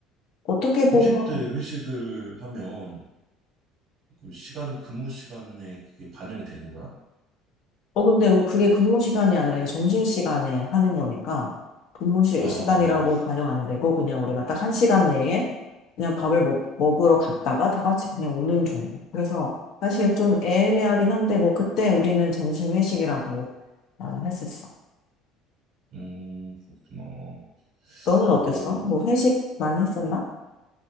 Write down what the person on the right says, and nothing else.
점심 때 회식을 하면, 그 시간, 근무 시간에 그게 반영이 되는 거야?
아,
음, 그렇구나.
뭐,